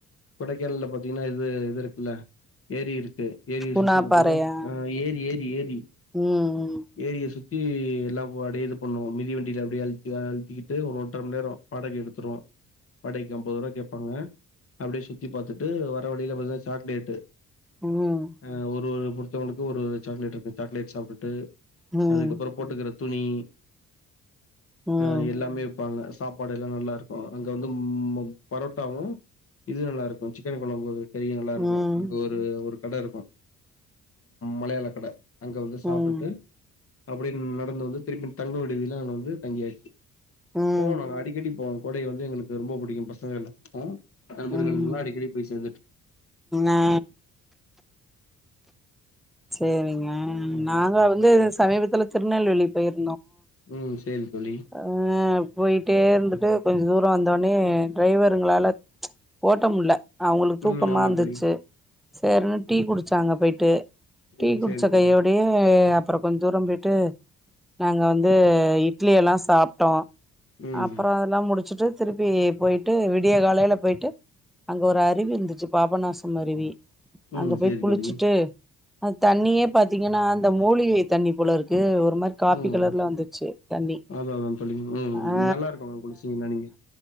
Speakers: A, on the left (about 50°); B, in the centre.
A: கொடைக்கானல்ல பாத்திங்கனா இது இது இருக்குல்ல ஏரி இருக் கு ஏரிய
B: குணா
A: சுத்தி பாத்தன்னா
B: பாறையா
A: ஆ ஏரி ஏ ஏரி
B: ம்
A: ஏரிய சுத் தி எல்லா அடியே இது பண்ணுவோ மிதி வண்டில அப்டியே அழுத்தி ஆ அழுத்திகிட்டு ஒரு ஒன்ற மண் நேர வாடகை எடுத் துருவோ வாடகைக்கு அம்பதுருவா கேப்பாங்க அப்டியே சுத்தி பாத்துட்டு வர்ற வழியில பாத்தா சாக்லேட்டு
B: ம்
A: அ ஒரு ஒரு ஒருத்தவங்களுக்கு ஒரொரு சாக்லேட் இருக்கு சாக்லேட் சாப்புட்டு
B: ம்
A: அதுக்கப்பற போட்டுக்கற துணி
B: ம் ம்
A: அ எல்லாமே விப்பாங்க சாப்பாடு எல்லா நல்லாருக் கு அங்க வந்து ம் பரோட்டாவு இது நல்லாருக்கு சிக்கன் கொழம்பு பெரியே நல்லாருக்கு
B: ம்
A: அங்க ஒரு ஒரு கடெருக்கு மலயாள கடெ அங்க வந்து
B: ம்
A: சாப்பிட்டு அப்டின் நடந்து வந்து திருப்பின் தங்கவூடுநிலா அங்க வந்து தங்கியாயிச்சு
B: ம்
A: போணு அடிக்கடி போ கொடை வந்து எங்குளுக்கு ரொம்போ புடிக்கு பசங்கல்லெ நண்பர்கள்லா
B: ம்
A: அடிக்கடி போய் சேந்துட்
B: ஆ சேரிங்க
A: ம்
B: நாங்க வந்தூ சமீபத்தில திர்நெல்வேலி பெயிர்
A: உம் சேரி தோழி
B: அஹ் போயிட்டேருந்துட்டு கொஞ் தூரோ வந்தொன்னே டிரைவருங்களாலத் ஓட்ட முல்லெ அவங்குளுக் தூக்கமாந்துச்சு
A: ம் ஆமா தோழி
B: சேரேன்னு டீ குடிச்சாங்கெ போயிட்டூ டீ
A: ம்
B: குடிச்ச
A: சேரி தோழி
B: கையோடையே அப்பறோ கொஞ் தூரோ விட் டு நாங்கெ வந்தூ இட் லி எல்லா சாப்ட்டோ
A: ம்
B: அப்பறோ அதலா முடிச்சிட்டு திருப்பீ போயிட்டு விட் விடியெ காலேலெ போயிட்டு அங்க ஒரு அருவிந்துச்சு பாபநாசம் அருவி
A: ம்
B: அங்க போய்
A: சேரி
B: குளிச்சிட்டு
A: தோழி
B: அத் தண்ணியே பாத்தீங்கனா அந்தெ மூலிகை தண்ணி போலருக்கூ ஒரு ஒர் மாரி காப்பி
A: ம்
B: கலர்லெ வந்துச்சு தண்ணி
A: அதா அதா தண்ணிக்குல்லூ
B: ஆ
A: நல்லாருக்கு குளிஷிங்கினா நீங்கெ